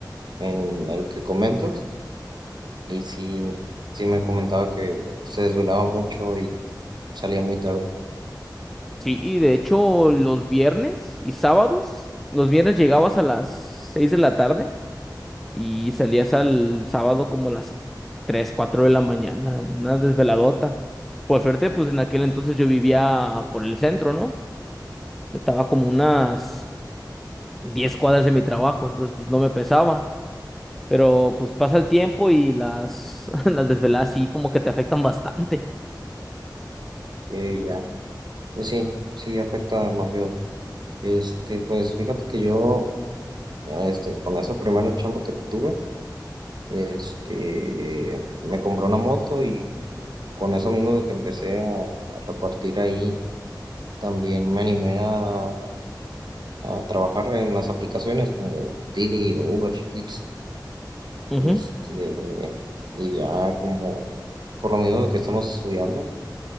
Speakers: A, on the right; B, in the centre.
A: en el que comentas y sí, sí me comentaba que se desvelaba mucho y salía muy tarde.
B: Sí, y de hecho los viernes y sábados, los viernes llegabas a las 6 de la tarde y salías al sábado como a las 3 4 de la mañana, una desveladota. Por suerte, pues en aquel entonces yo vivía por el centro, ¿no? Estaba como unas 10 cuadras de mi trabajo, entonces pues no me pesaba. Pero pues pasa el tiempo y las, <laughs> las desveladas sí como que te afectan bastante.
A: Y ya, pues sí, sí afecta demasiado. Este, pues fíjate que yo, este, con esa primera chamba que tuve, este, me compré una moto y con eso mismo de que empecé a a repartir ahí, también me animé a a trabajar en las aplicaciones como Didi o Uber Eats,
B: Ujú.
A: este, y ya como por lo mismo de que estamos estudiando,